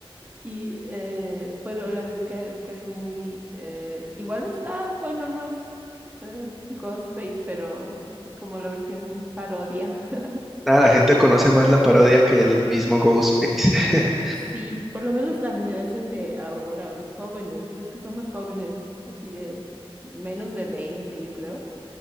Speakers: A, on the right (about 15°); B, in the centre.
A: Y eh, bueno, la de Scar- Scary Movie eh, igual está, bueno, no es eh, Ghostface, pero es como la versión parodia. <laughs>
B: Nada, la gente conoce más la parodia que el mismo Ghostface. <laughs>
A: Sí, por lo menos la generación de ahora, los jóvenes, los que son más jóvenes, así de menos de 20 yo creo,